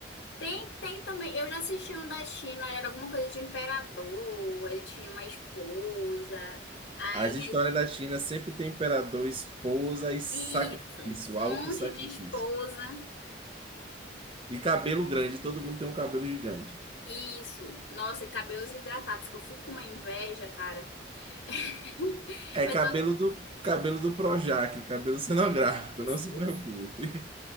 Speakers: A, on the left; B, on the right.
A: Tem, tem também. Eu já assisti um da China, era alguma coisa de imperador, ele tinha uma esposa. Aí,
B: As histórias da China sempre tem imperador, esposa e sacrifício,
A: isso, um
B: alto
A: monte
B: sacrifício.
A: de esposa.
B: E cabelo grande, todo mundo tem um cabelo gigante.
A: Isso. Nossa, e cabelos hidratados, que eu fico com uma inveja, cara. <laughs>
B: É
A: Mas
B: cabelo
A: eu-
B: do cabelo do Projac, cabelo cenográfico,
A: Isso.
B: não se preocupe.